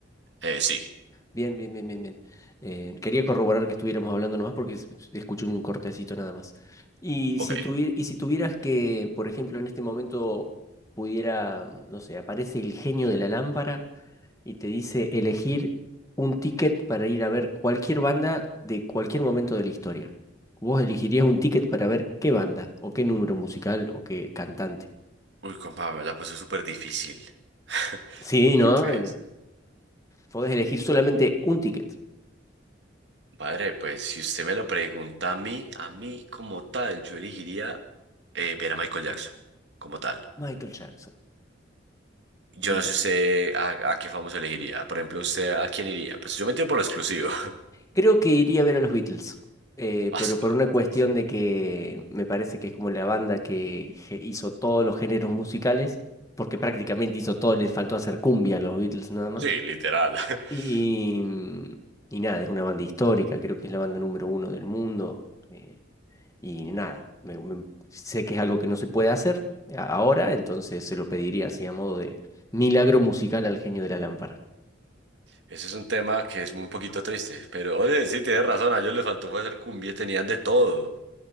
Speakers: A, on the right; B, on the left.
A: Eh, sí,
B: Bien, bien, bien, bien, bien. Eh, quería corroborar que estuviéramos hablando nomás porque es- escuché un cortecito nada más. Y
A: ok.
B: si tuvi- y si tuvieras que, por ejemplo, en este momento pudiera, no sé, aparece el genio de la lámpara y te dice elegir un ticket para ir a ver cualquier banda de cualquier momento de la historia. ¿Vos elegirías un ticket para ver qué banda o qué número musical o qué cantante?
A: Uy, compa, me la puso súper difícil. <laughs>
B: Sí,
A: Porque
B: ¿no?
A: pues,
B: En- Podés elegir solamente un ticket.
A: padre, pues si usted me lo pregunta a mí, a mí como tal, yo elegiría eh, ver a Michael Jackson, como tal.
B: Michael Jackson.
A: Yo
B: Mira.
A: no sé usted a, a qué famoso elegiría. Por ejemplo, usted a quién iría. Pues yo me tiro por lo exclusivo. <laughs>
B: Creo que iría a ver a los Beatles, eh,
A: Ah,
B: pero
A: es que
B: por
A: los
B: una
A: Beatles.
B: cuestión de que me parece que es como la banda que ge- hizo todos los géneros musicales, porque prácticamente hizo todo, les faltó hacer cumbia a los Beatles nada más.
A: Sí, literal. <laughs>
B: Y, y nada, es una banda histórica, creo que es la banda número uno del mundo. eh, y nada, me- me- sé que es algo que no se puede hacer a- ahora, entonces se lo pediría así a modo de milagro musical al genio de la lámpara.
A: Ese es un tema que es un poquito triste, pero oye, sí, tienes razón, a ellos les faltó fue hacer cumbia, tenían de todo.